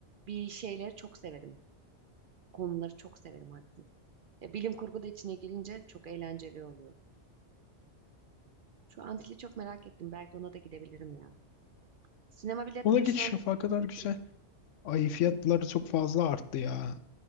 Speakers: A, on the right (about 60°); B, on the left (about 85°).
A: bir şeyleri çok severim. Konuları çok severim hatta. E, bilim kurgu da içine girince çok eğlenceli oluyor. Şu Antil'i çok merak ettim. Belki ona da gidebilirim ya. Sinema biletleri
B: Ona geçiş
A: şu anda
B: yapağı
A: çok
B: kadar
A: yüksek
B: güzel.
A: mi?
B: Ay
A: Yüksek
B: fiyatları
A: mi?
B: çok fazla arttı ya.